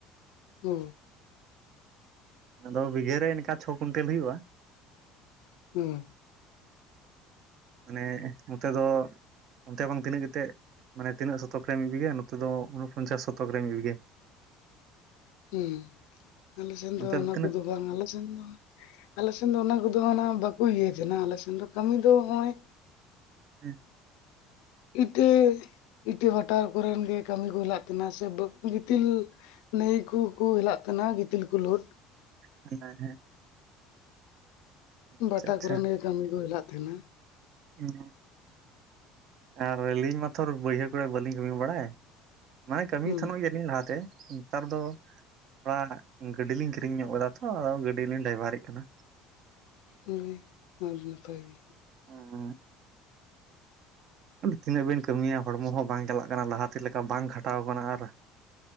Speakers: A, on the left; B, on the right.
A: ᱚ᱾
B: ᱟᱫᱚ ᱵᱤᱜᱷᱟᱹ ᱨᱮ ᱤᱱᱠᱟ ᱪᱷᱚ ᱠᱩᱭᱮᱱᱴᱮᱞ ᱦᱩᱭᱩᱜᱼᱟ᱾
A: ᱦᱮᱸ᱾
B: ᱢᱟᱱᱮ ᱱᱚᱛᱮ ᱫᱚ ᱚᱱᱛᱮ ᱵᱟᱝ ᱛᱤᱱᱟᱹᱜ ᱠᱟᱛᱮ ᱢᱟᱱᱮ ᱤᱱᱟᱹᱜ ᱥᱚᱛᱚᱠ ᱨᱮ ᱢᱤᱫ ᱵᱤᱜᱷᱟᱹ ᱜᱮᱭᱟ ᱱᱚᱛᱮ ᱫᱚ ᱯᱚᱧᱪᱟᱥ ᱥᱚᱛᱚᱠ ᱨᱮ ᱢᱤᱫ ᱵᱤᱜᱷᱟᱹ᱾
A: ᱦᱩᱸ ᱟᱞᱮ ᱥᱮᱱ
B: ᱚᱱᱛᱮ
A: ᱫᱚ ᱚᱱᱟ
B: ᱛᱤᱱᱟᱹᱜ
A: ᱠᱚᱫᱚ ᱵᱟᱝ ᱟᱞᱮ ᱥᱮᱱ ᱫᱚ ᱟᱞᱮᱥᱮᱱ ᱫᱚ ᱚᱱᱟ ᱠᱚᱫᱚ ᱱᱟᱸᱜ ᱵᱟᱠᱚ ᱤᱭᱟᱭ ᱛᱟᱦᱮᱸᱱᱟ ᱟᱞᱮᱥᱮᱱ ᱫᱚ ᱠᱟᱹᱢᱤ ᱫᱚ ᱱᱚᱜᱼᱚᱭ
B: <inaudible>
A: ᱤᱴᱟᱹ ᱤᱴᱟᱹ ᱵᱷᱟᱴᱟ ᱠᱚᱨᱮᱱ ᱜᱮ ᱠᱟᱹᱢᱤ ᱠᱚ ᱦᱮᱞᱟᱜ ᱛᱟᱦᱮᱸᱱᱟ ᱥᱮ ᱵᱟᱠᱤ ᱜᱤᱛᱤᱞ ᱱᱟᱹᱭ ᱠᱩᱠᱩ ᱦᱮᱞᱟᱜ ᱛᱟᱦᱮᱸᱱᱟ ᱜᱤᱛᱤᱞ ᱠᱩ ᱞᱩᱰ᱾
B: ᱦᱟᱸᱱᱮ ᱦᱮᱸ᱾
A: ᱵᱟᱴᱟ
B: ᱟᱪᱪᱷᱟ ᱟᱪᱪᱷᱟ
A: ᱠᱚᱨᱮ ᱱᱟᱹᱭ ᱠᱟᱹᱢᱤ ᱠᱚ ᱦᱮᱞᱟᱜ ᱛᱟᱦᱮᱸᱱᱟ᱾
B: ᱦᱩᱸ ᱟᱨ ᱟᱹᱞᱤᱧ ᱢᱟ ᱛᱷᱚᱨ ᱵᱟᱹᱭᱦᱟᱹᱲ ᱠᱚᱨᱮ ᱵᱟᱹᱞᱤᱧ ᱠᱟᱹᱢᱤ ᱵᱟᱲᱟᱭ᱾ ᱢᱟᱱᱮ ᱠᱟᱹᱢᱤᱭᱮᱫ
A: ᱦᱮᱸ
B: ᱛᱟᱦᱮᱱᱚᱜ ᱜᱮᱭᱟᱞᱤᱧ ᱞᱟᱦᱟᱛᱮ᱾ ᱱᱮᱛᱟᱨ ᱫᱚ ᱛᱷᱚᱲᱟ ᱜᱟᱹᱰᱤ ᱞᱤᱧ ᱠᱤᱨᱤᱧ ᱧᱚᱜ ᱟᱠᱟᱫᱟ ᱛᱷᱚ, ᱟᱫᱚ ᱜᱟᱹᱰᱤᱞᱤᱧ ᱰᱟᱭᱵᱷᱟᱨᱤᱜ ᱠᱟᱱᱟ᱾
A: ᱡᱳᱭ ᱟᱹᱰᱤ ᱱᱟᱯᱟᱭ ᱜᱮ᱾
B: ᱚᱸ᱾ ᱛᱤᱱᱟᱹᱜ ᱵᱮᱱ ᱠᱟᱹᱢᱤᱭᱟ ᱦᱚᱲᱢᱚ ᱦᱚᱸ ᱵᱟᱝ ᱪᱟᱞᱟᱜ ᱠᱟᱱᱟ ᱞᱟᱦᱟᱛᱮ ᱞᱮᱠᱟ ᱵᱟᱝ ᱠᱷᱟᱴᱟᱣ ᱠᱟᱱᱟ ᱟᱨ᱾